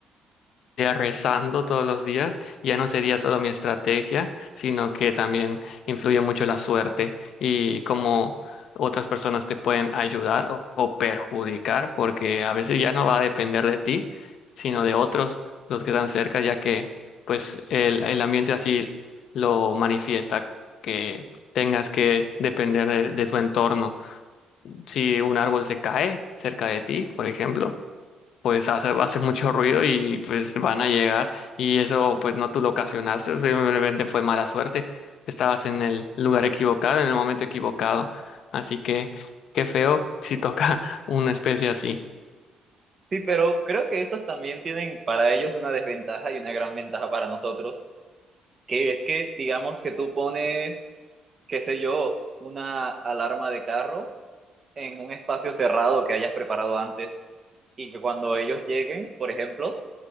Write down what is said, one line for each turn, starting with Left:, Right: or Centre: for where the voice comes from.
Left: estaría rezando todos los días, ya no sería solo mi estrategia, sino que también influye mucho la suerte y cómo otras personas te pueden ayudar o, o perjudicar, porque a veces ya no va a depender de ti, sino de otros, los que están cerca, ya que pues el, el ambiente así lo manifiesta, que tengas que depender de de tu entorno. Si un árbol se cae cerca de ti, por ejemplo, pues hace, hace mucho ruido y pues van a llegar y eso pues no tú lo ocasionaste, simplemente fue mala suerte, estabas en el lugar equivocado, en el momento equivocado, así que qué feo si toca <laughs> una especie así.
Right: Sí, pero creo que esos también tienen para ellos una desventaja y una gran ventaja para nosotros. que es que digamos que tú pones, qué sé yo, una alarma de carro en un espacio cerrado que hayas preparado antes y que cuando ellos lleguen, por ejemplo,